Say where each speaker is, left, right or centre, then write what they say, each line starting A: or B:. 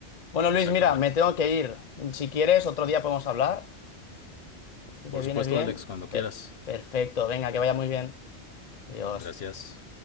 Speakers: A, on the left; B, on the left.
A: Bueno, Luis,
B: exactamente.
A: mira, me tengo que ir. Si quieres, otro día podemos hablar. Si te
B: Por
A: viene
B: supuesto,
A: bien,
B: Alex, cuando
A: pe-
B: quieras.
A: perfecto, venga, que vaya muy bien. Adiós.
B: Gracias.